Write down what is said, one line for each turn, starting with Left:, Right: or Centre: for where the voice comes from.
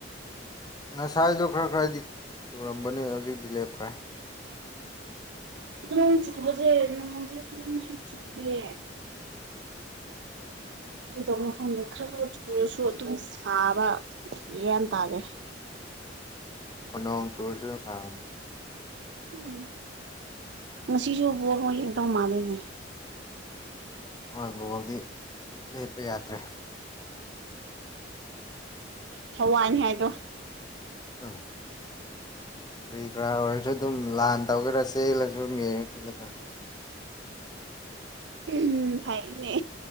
Left: ꯉꯁꯥꯏꯗꯣ ꯈꯔ ꯈꯔꯗꯤ ꯆꯨꯔꯝꯕꯅꯦ ꯍꯧꯖꯤꯛꯇꯤ ꯂꯦꯞꯈ꯭ꯔꯦ
Right: ꯅꯣꯡ ꯆꯨꯕꯁꯦ ꯅꯣꯡꯁꯦ ꯐꯖꯅꯁꯨ ꯆꯨꯗꯦ
Left: <inaudible>
Right: ꯀꯔꯤꯗꯧꯕꯅꯣ ꯈꯪꯗꯦ ꯈꯔ ꯈꯔ ꯆꯨꯔꯁꯨ ꯑꯗꯨꯝ ꯁꯥꯕ ꯒ꯭ꯌꯥꯟ ꯇꯥꯗꯦ
Left: <inaudible> ꯑꯣ ꯅꯣꯡ ꯆꯨꯔꯁꯨ ꯗꯨꯝ ꯁꯥꯕꯅꯦ
Right: ꯎꯝ ꯉꯁꯤꯁꯨ ꯕꯣꯜ ꯃꯣꯏ ꯌꯦꯡꯇꯧ ꯃꯥꯜꯂꯦꯅꯦ
Left: ꯍꯣꯏ ꯕꯣꯜꯗꯤ ꯂꯦꯞꯄ ꯌꯥꯗ꯭ꯔꯦ
Right: ꯊꯋꯥꯏꯅꯤ ꯍꯥꯏꯗꯣ
Left: ꯑꯧ ꯀꯔꯤ ꯀꯔꯥ ꯑꯣꯏꯔꯁꯨ ꯑꯗꯨꯝ ꯂꯥꯟ ꯇꯧꯒꯦꯔꯥ ꯆꯦꯜꯂꯁꯨ ꯑꯗꯨꯝ ꯌꯦꯡꯉ ꯆꯠꯂꯗꯝ
Right: <unintelligible> ꯎꯝ ꯐꯩꯅꯦ